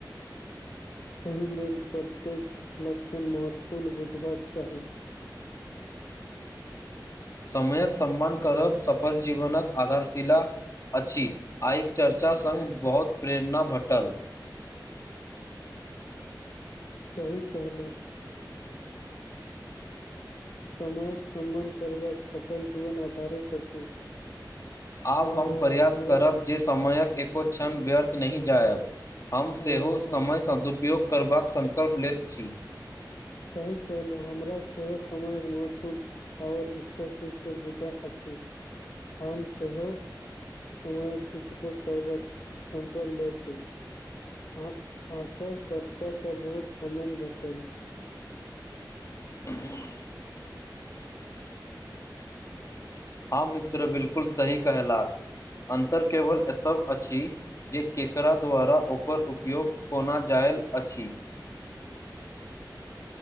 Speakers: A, on the left (about 60°); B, on the left (about 45°).
A: एहि लेल प्रत्येक लक्षण महत्वपूर्ण बुझबाक चाही
B: समयक सम्मान करब सफल जीवनकक आधारशिला अछि आइ चर्चा सङ्ग बहुत प्रेरणा भेटल
A: सही कहलहुँ समयक सम्मान करबाक सफल जीवन आधारित अछि
B: आब
A: अ
B: हम प्रयास
A: हमरा
B: करब जे समयक एको क्षण व्यर्थ नहि जायब हम
A: हँ
B: सेहो
A: हँ
B: समय सदुपयोग करबाक सङ्कल्प लैत छी
A: सही कहलहुँ हमरा सेहो समयक महत्वपूर्ण आओर स्पष्ट रूपसँ बुझा अछि हम सेहो समय सदउपयोग करबाक समफल ले छै अ आशा चर्चाक बहुत आनन्द भेटल
B: हुंम हँ मित्र बिलकुल सही कहेलाक अन्तर केवल एतब अछि जे केकरा द्वारा ओकर उपयोग कोना जाय भेल अछि